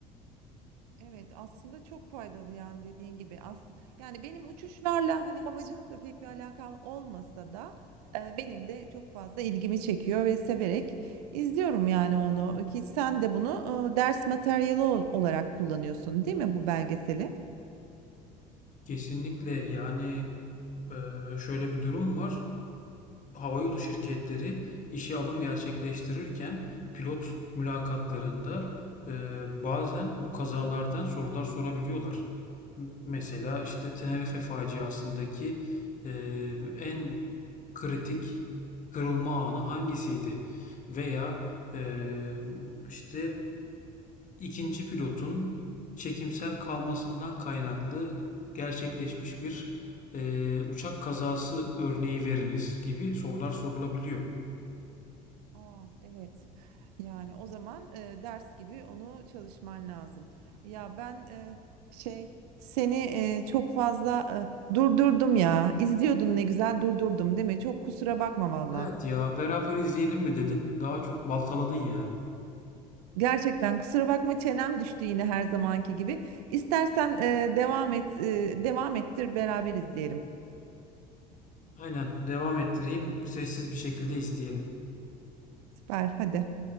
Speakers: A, on the right; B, on the left.
A: Evet aslında çok faydalı yani dediğin gibi. As yani benim uçuşlarla hani havacılıkla pek bir alakam olmasa da e, benim de çok fazla ilgimi çekiyor ve severek izliyorum yani onu. Ki sen de bunu e, ders materyali ol- olarak kullanıyorsun değil mi bu belgeseli?
B: Kesinlikle yani eee, şöyle bir durum var. havayolu şirketleri işe alım gerçekleştirirken pilot mülakatlarında e, bazen bu kazalardan sorular sorabiliyorlar. M- Mesela işte Tenerife faciasındaki e, en kritik kırılma anı hangisiydi? Veya e, işte ikinci pilotun çekimser kalmasından kaynaklı gerçekleşmiş bir e, uçak kazası örneği veriniz gibi sorular sorulabiliyor.
A: Ah evet. Yani o zaman e, ders gibi onu çalışman lazım. Ya ben e, şey seni e, çok fazla e, durdurdum ya. İzliyordun ne güzel durdurdum değil mi? Çok kusura bakma valla.
B: Evet ya beraber izleyelim mi dedin? Daha çok baltaladın yani.
A: Gerçekten kusura bakma çenem düştü yine her zamanki gibi. İstersen e, devam et e, devam ettir beraber izleyelim.
B: Aynen devam ettireyim. Sessiz bir şekilde izleyelim.
A: Süper hadi.